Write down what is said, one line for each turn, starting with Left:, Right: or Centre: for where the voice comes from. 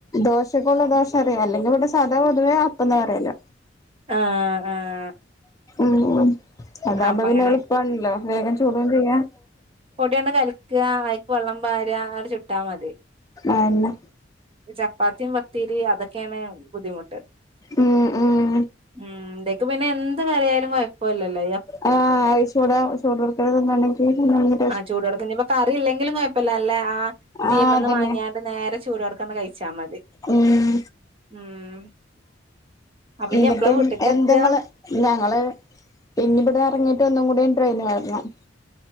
Left: ദോശ <unintelligible> ള്ള ദോഷ റിം അല്ലെങ്കി വടെ സാധാ പൊതുവേ അപ്പംന്നാ പറയല്
Right: ആഹ് ആഹ്
Left: മ്മ് അതാവുമ്പോ
Right: അപ്പങ്ങനെ
Left: പിന്നെ എളുപ്പാണല്ലോ വേഗം ചുടും ചെയ്യാ
Right: പൊട്യണ്ട് കല്ക്കാ അയ്ക്ക് വള്ളം പാരാ ആണ്ട് ചുട്ടാ മതി
Left: അയന്നെ
Right: ചപ്പാത്തിം പത്തിരിം അതൊക്കേയണ് ബുദ്ധിമുട്ട്
Left: ഉം ഉം
Right: ഉം തേക്ക് പിന്നെ എന്ത് കറിയായാലും കോയപ്പല്ലല്ലോ
Left: ആഹ് അത് ചൂടെ ചൂടോട്ക്കനെ തിന്നാണെങ്കി <unintelligible>
Right: ആ ചൂടോട്ക്കെ ഞ്പ്പൊ കറില്ലെങ്കിലും കൊയപ്പല്ല അല്ലെ ആ തീമന്ന്
Left: ആഹ് അതന്നെ
Right: വാങ്ങ്യ ണ്ട് നേരെ ചൂടോട്ക്കാണ്ട് കഴിച്ചാ മതി.
Left: ഉം
Right: ഉം അപ്പൊ ഇനി
Left: ഇന്നട്ട്
Right: എപ്പളാ വീട്ട്ക്ക്
Left: എന്തെങ്ങളെ.
Right: എത്താ
Left: ഞങ്ങള് ഇഞ് ബടെ എറങ്ങീട്ട് ഒന്നും കൂടി ട്രെയിനേറണം.